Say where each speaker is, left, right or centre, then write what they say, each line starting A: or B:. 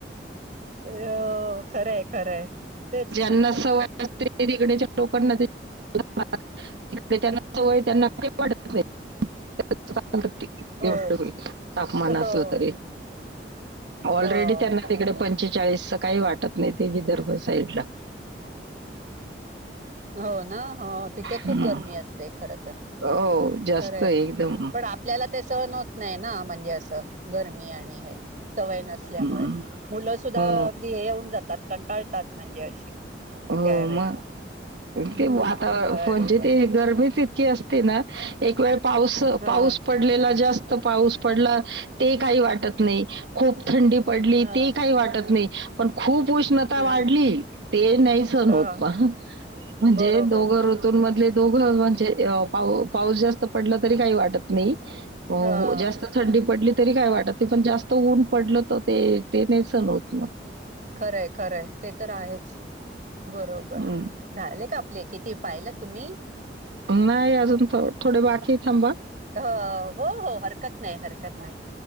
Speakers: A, on the right; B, on the right.
A: अ खरंय, खरंय तेच.
B: <unintelligible> <inaudible> त्यांना सवयडेच्या लोकांना <inaudible> तडे त्यांना सवय त्यांना का <inaudible> वाटत नाही
A: हो
B: एव तापमान
A: हो
B: असलं तरी ऑलरेडी
A: हो
B: त्यांना तिकडे पंचेचाळीस काही वाटत नाही ते विदर्भ साईड ला
A: हो ना हो तिथे
B: हम्म.
A: खूप गर्मी असते खर तर
B: हो जास्त
A: खरंय
B: आहे एकदम
A: पण आपल्याला ते सहण होत नाही ना म्हणजे असं गरमी आणि हे सवय नसल्यामुळे
B: हम्म.
A: मुलं सुद्धा
B: हो
A: अगदी हे येऊन जातात कंटाळतात म्हणजे अशी
B: हो
A: त्यावेळ
B: मग
A: हम्म
B: ते वातावरण
A: बरोबर
B: म्हणजे ते गरमी इतकी असते ना एक वेळ पाऊस
A: हा
B: पाऊस पडलेला जास्त पाऊस पडला ते काही वाटत नाही खूप थंडी पडली
A: हा
B: ते काही वाटत नाही पण खूप उष्णता
A: हा
B: वाढली ते नाही सहन होत
A: हा
B: पण म्हणजे
A: बरोबर
B: दोघ ऋतू मधले दोघ म्हणजे पाऊस जास्त पडला तरी काही वाटत नाही हो
A: हा
B: जास्त थंडी पडली तरी काय वाटत त पण जास्त ऊन पडलं तर ते ते नाहीं सहन होत मग
A: खरंय खरंय ते तर आहेच बरोबर
B: हं.
A: झाले का आपले किती पाहिल तुम्ही
B: नाही अजून थोडे बाकी थांबा
A: अ हो हो हरकत नाही हरकत नाही